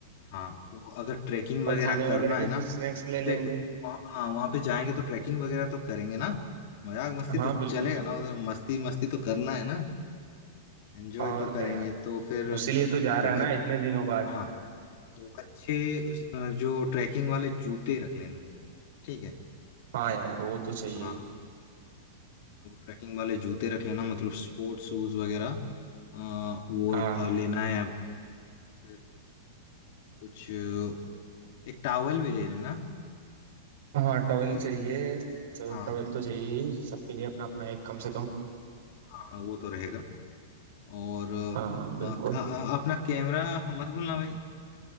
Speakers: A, on the left (about 50°); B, on the right (about 65°).
A: हाँ तो अगर ट्रैकिंग
B: और
A: वगैरह
B: खाने
A: करना
B: वगैरह के
A: है
B: कुछ
A: ना
B: स्नैक्स ले लेंगे
A: देख वहाँ हाँ वहाँ पे जाएंगे तो ट्रैकिंग वगैरह तो करेंगे ना मजाक मस्ती
B: हाँ
A: तो
B: बिल्कुल
A: चलेगा
B: बिल्कुल
A: ना उधर मस्ती मस्ती तो करना है ना एंजॉय
B: और
A: तो करेंगे
B: क्या यार
A: तो फिर
B: उसी लिए तो जा
A: देखो
B: रहा है ना
A: एक
B: इतने दिनों बाद
A: हाँ तो अच्छे उस- जो ट्रैकिंग वाले जूते रख लेना ठीक है
B: हाँ यार वो तो चाहिए
A: हाँ
B: ही।
A: तो ट्रैकिंग वाले जूते रख लेना मतलब स्पोर्ट्स शूज वगैरह अ, वो
B: हाँ
A: अ, लेना है फिर कुछ अ, एक टावल भी ले लेना
B: हाँ टॉवेल
A: ठीक
B: चाहिए
A: है
B: तो
A: हाँ
B: टॉवेल तो चाहिए ही सबके लिए अपना अपना एक कम से कम
A: हाँ हाँ वो तो रहेगा और अ,
B: हाँ बिल्कुल
A: अ, अ, अपना कैमरा मत भूलना भाई